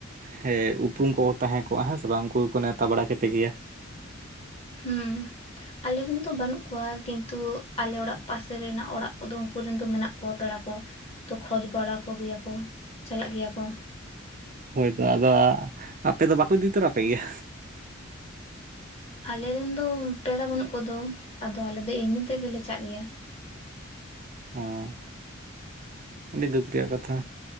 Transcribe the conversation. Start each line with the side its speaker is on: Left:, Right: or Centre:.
Right: ᱦᱮᱸ ᱩᱯᱨᱩᱢ ᱠᱚ ᱠᱚ ᱛᱟᱦᱮᱸ ᱠᱚᱜ-ᱟ ᱦᱮᱸ ᱥᱮ ᱵᱟᱝ᱾ ᱩᱱᱠᱩ ᱜᱮᱠᱚ ᱱᱮᱶᱛᱟ ᱵᱟᱲᱟ ᱠᱮᱯᱮ ᱠᱮᱭᱟ᱾
Left: ᱦᱩᱸ᱾ ᱟᱞᱮ ᱨᱮᱱ ᱫᱚ ᱵᱟᱹᱱᱩᱜ ᱠᱚᱣᱟ ᱠᱤᱱᱛᱩ ᱟᱞᱮ ᱚᱲᱟᱜ ᱯᱟᱥᱮ ᱨᱮᱱᱟᱜ ᱚᱲᱟᱜ ᱠᱚ ᱫᱚ ᱩᱱᱠᱩ ᱨᱮᱱ ᱫᱚ ᱢᱮᱱᱟᱜ ᱠᱚ ᱯᱮᱲᱟ ᱠᱚ᱾ ᱛᱚ ᱠᱷᱚᱡᱽ ᱵᱟᱲᱟ ᱠᱚ ᱜᱮᱭᱟ ᱠᱚ, ᱪᱟᱞᱟᱜ ᱜᱮᱭᱟ ᱠᱚ
Right: ᱦᱳᱭ ᱛᱚ ᱟᱫᱚ ᱟᱸ ᱟᱯᱮ ᱫᱚ ᱵᱟᱠᱚ ᱤᱫᱤ ᱛᱚᱨᱟ ᱯᱮ ᱜᱮᱭᱟ?
Left: ᱟᱞᱮ ᱨᱮᱱ ᱫᱚ ᱯᱮᱲᱟ ᱵᱟᱹᱱᱩᱜ ᱠᱚᱫᱚ ᱟᱫᱚ ᱟᱞᱮ ᱫᱚ ᱮᱢᱱᱤ ᱛᱮᱜᱮ ᱞᱮ ᱪᱟᱜ ᱜᱮᱭᱟ᱾
Right: ᱚᱸ ᱟᱹᱰᱤ ᱫᱩᱠ ᱨᱮᱭᱟᱜ ᱠᱟᱛᱷᱟ᱾